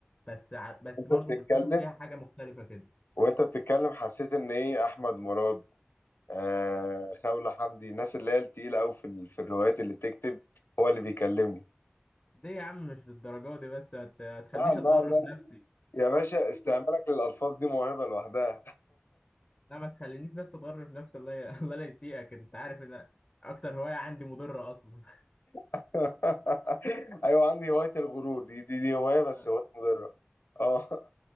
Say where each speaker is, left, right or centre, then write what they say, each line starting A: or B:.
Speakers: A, on the left; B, on the left.
A: بس ع- بس
B: انت
A: برضه
B: بتتكلم
A: في الكتب فيها حاجه مختلفه كده
B: وانت بتتكلم حسيت ان ايه احمد مراد آه خولة حمدي الناس اللي هي التقيله قوي في ال- في الروايات اللي بتكتب هو اللي بيكلمني
A: ليه يا عم مش للدرجه دي بس ما ت- ما تخلينيش
B: لا لا
A: اتغر
B: لا
A: في نفسي
B: يا باشا استعمالك للألفاظ دي موهبة لوحدها
A: لا ما تخلينيش بس اتغر في نفسي الله ي... <laughs> الله لا يسيئك انت عارف ان اكتر هوايه عندي مضره اصلا
B: <laughs> أيوة عندي هواية الغرور دي دي دي هواية بس
A: <laughs>
B: هواية مضرة اه